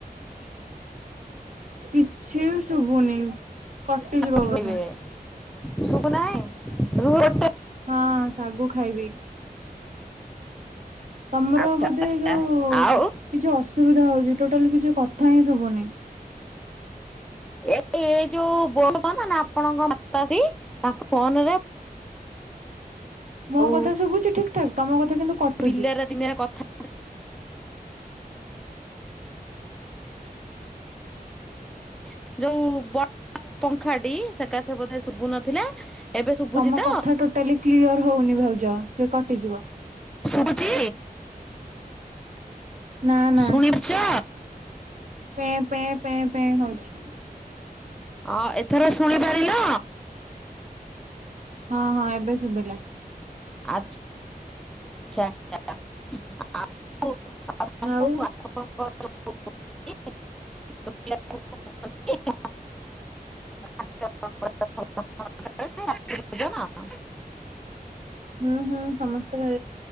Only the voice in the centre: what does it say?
<unintelligible>
ଶୁଭୁ ନାହିଁ ରୁହ ଗୋଟେ
ଆଚ୍ଛା
ଆଚ୍ଛା
ଆଉ
ଏ ଏଇ ଯୋଉ ବୋଉ କ ନା ନା ଆପଣଙ୍କ ମାତାଶ୍ରୀ ତାଙ୍କ ଫୋନରେ
ଆଉ
ବିଲରେ ଦିନରେ କଥା <unintelligible> <unintelligible> ଯୋଉ ବଡ ପଙ୍ଖାଟି ସେକା ସେ ବୋଧେ ଶୁଭୁ ନଥିଲା। ଏବେ ଶୁଭୁଛି
ତ
ଶୁଭୁଛି।
ଶୁଣିପାରୁଛ।
ଅ ଏଥର ଶୁଣି ପାରିଲ।
ଆଚ୍ଛା। <inaudible>
<inaudible>
<unintelligible>